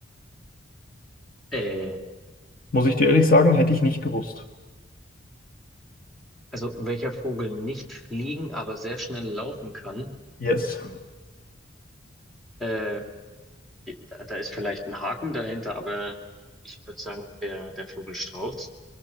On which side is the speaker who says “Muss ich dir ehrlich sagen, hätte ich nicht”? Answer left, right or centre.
Left